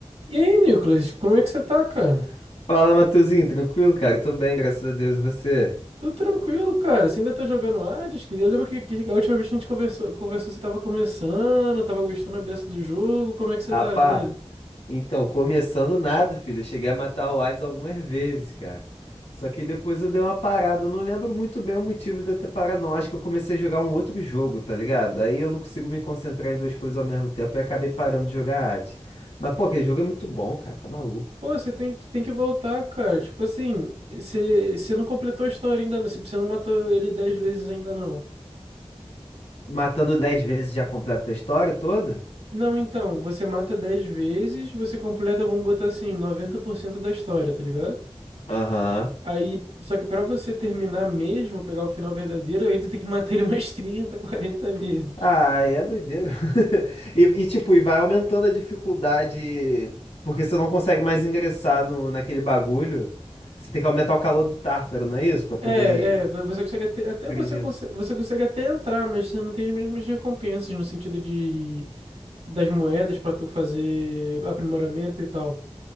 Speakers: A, on the right; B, on the left.
A: E aí, Nicolas, como é que você tá, cara?
B: Fala, Matheusinho, tranquilo, cara? Tô bem, graças a Deus, e você?
A: Tudo tranquilo, cara. Você ainda tá jogando Hades? Que- Eu lembro que, que a última vez que a gente conversou, conversou, você tava começando, tava gostando a beça do jogo. Como é que você
B: Rapá,
A: tá nele?
B: então, começando nada, filho. Eu cheguei a matar o Hades algumas vezes, cara. Só que depois eu dei uma parada. Eu não lembro muito bem o motivo de eu ter parado, não. Acho que eu comecei a jogar um outro jogo, tá ligado? Aí eu não consigo me concentrar em duas coisas ao mesmo tempo e acabei parando de jogar Hades. Mas, pô, aquele jogo é muito bom, cara, tá maluco.
A: Pô, você tem, tem que voltar, cara. Tipo assim, você, você não completou a história ainda, não. você não matou ele dez vezes ainda, não.
B: Matando 10 vezes já completa a história toda?
A: Não, então, você mata 10 vezes, você completa, vamos botar assim, 90% da história, tá ligado?
B: Aham.
A: Aí, só que pra você terminar mesmo, pegar o final verdadeiro, aí tu tem que matar ele <laughs> umas 30, 40 vezes.
B: Ah, é doideira. <laughs> E, e, tipo, e vai aumentando a dificuldade, porque você não consegue mais ingressar no, naquele bagulho. Você tem que aumentar o calor do tártaro, não é isso? Pra poder
A: É, é, vo- você consegue até, até
B: agredir.
A: você consegue, você consegue até entrar, mas você não tem as mesmas recompensas no sentido de das moedas pra tu fazer aprimoramento e tal.